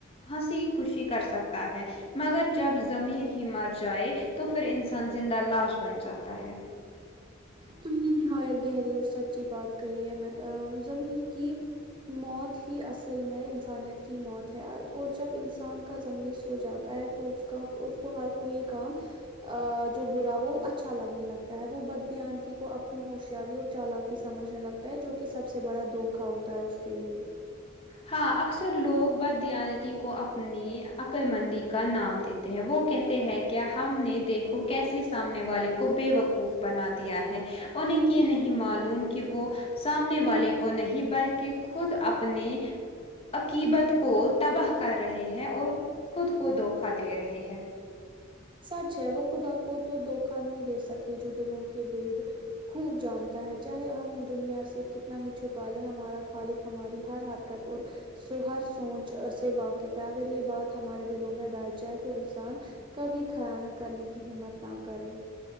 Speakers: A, on the left; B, on the right.
A: ہنسی خوشی کر سکتا ہے مگر جب ضمیر ہی مر جائے تو پھر انسان زندہ لاش بن جاتا ہے
B: تم نے نہایت گہری اور سچی بات کہی ہے میں ضمیر کی موت ہی اصل میں انسانیت کی موت ہے اور جب انسان کا ضمیر سو جاتا تا ہے تو اس کا اس کو ہر کوئی کام ا جو برا ہو اچھا لگنے لگتا ہے وہ ب دانتی کو اپنی ہوشیاری اور چالاکی سمجھنے لگتا ہے جو کہ سب سے بڑا دھوکا ہوتا ہے اس کے لیے
A: ہاں اکثر لوگ بددانتی کو اپنی عقل مندی کا نام دیتے ہیں وہ کہتے ہیں کیا ہم نے دیکھو کیسے سامنے والے کو بےوقوف بنا دیا ہے انہیں یہ نہیں معلوم کہ وہ سامنے والے کو نہیں بلکہ خود اپنے عقیبت کو تباہ کر رہے ہیں اور خود کو دھوکا دے رہے ہیں
B: سچ ہے وہ خدا کو تو دھوکا نہیں دے سکتے جو دلوں کے بد خوب جانتا ہے چاہے ہم دنیا سے کتنا ہی چھپا لے ہمارا خالق ہماری ہر ہر اور سو ہر سوچ سے واقف ہے اگر یہ بات ہمارے دلوں میں بیٹھ جائے تو انسان کبھی خیانت کرنے کی ہمت نہ کرے